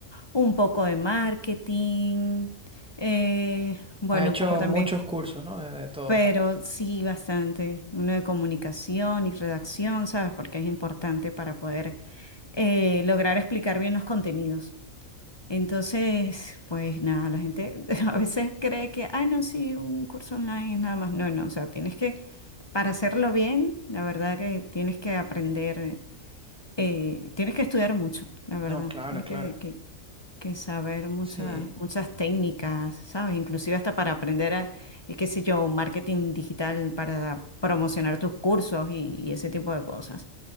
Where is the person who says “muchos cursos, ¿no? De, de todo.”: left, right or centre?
Centre